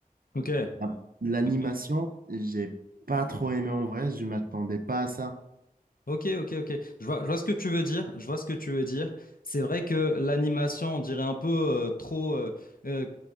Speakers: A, on the left; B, on the right.
A: ok,
B: Ah, L'animation,
A: ok.
B: j'ai pas trop aimé en vrai, je m'attendais pas à ça.
A: Ok, ok, ok. Je vois, je vois ce que tu veux dire. Je vois ce que tu veux dire. C'est vrai que l'animation, on dirait un peu euh, trop, euh, euh,